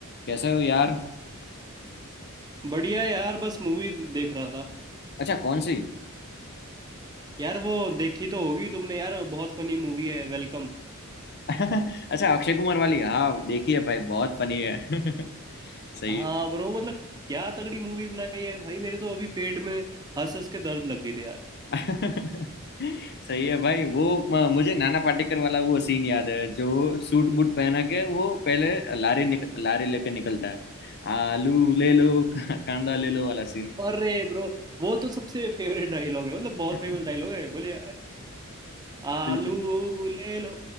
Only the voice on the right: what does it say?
बढ़िया यार बस मूवी देख रहा था
यार वो देखी तो होगी तुमने यार बहुत फनी मूवी है वेलकम
हाँ ब्रो मतलब क्या तगड़ी मूवी बनाई है भाई मेरे तो अभी पेट में हंस हंस के दर्द लग गई थी यार
अरे ब्रो वो तो सबसे <laughs> फेवरेट डायलॉग है मतलब बहुत
फेमस डायलॉग है बोले आलू
ले लो